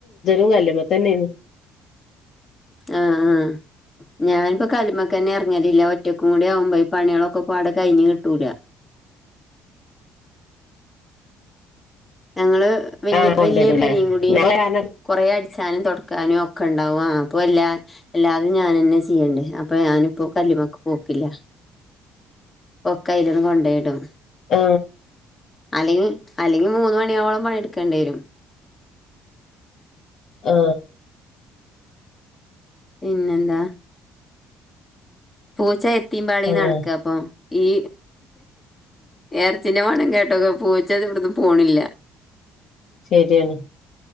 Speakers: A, on the left; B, on the left.
A: കല്ലുമ്മതന്നെന്ന്
B: ആഹ് ആ ഞാനിപ്പോ കല്മക്കന്നെ ഇറങ്ങലില്ല ഒറ്റക്കും കൂടി ആകുമ്പോയി പണികളൊക്കെ പാട കഴിഞ്ഞ് കിട്ടൂല
A: <inaudible>
B: ഞങ്ങള് വല്യയ
A: ആഹ് കൊണ്ടിടൂലേ
B: വല്യയ പെരിം കുടിം
A: ഞങ്ങളെ കാരണം
B: കൊറേ അടി ചാനും തൊട്ക്കാനും ഒക്കെ ഉണ്ടാവും ആ അപ്പോ എല്ലാ എല്ലാതും ഞാനെന്നെ ചെയ്യേണ്ടെ അപ്പൊ ഞാനിപ്പോ ക ക്ക് പോക്കില്ല
A: <inaudible>
B: പ്പൊക്കയ്ലണ്ട് കൊണ്ടെയിടും
A: ആ
B: അല്ലെങ്കി അല്ലെങ്കി മൂന്ന് മണിയാകോളം പണിട്ക്കേണ്ടിവരും
A: ആ
B: പിന്നെന്താ പൂച്ച എത്തിമ്പാളി
A: ആഹ്
B: നടക്കാപ്പൊ ഈ എർച്ചിന്റെ മണം കേട്ടതും പൂച്ച ത് ഇവട്ന്ന് പോണില്ല
A: ശരിയാണ്